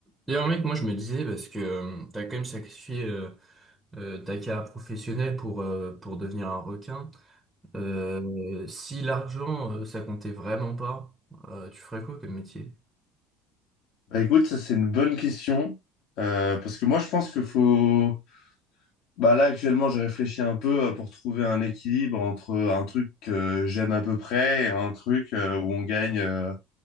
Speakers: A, in the centre; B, on the left (about 65°).
A: D'ailleurs, mec, moi je me disais, parce que euh, t'as quand même sacrifié euh, euh, ta carrière professionnelle pour, euh, pour devenir un requin, euh, si l'argent euh, ça comptait vraiment pas, euh, tu ferais quoi comme métier?
B: Bah écoute, ça c'est une bonne question. Euh, parce que moi je pense qu'il faut... Bah là actuellement j'ai réfléchi un peu euh, pour trouver un équilibre entre un truc que j'aime à peu près et un truc euh, où on gagne euh,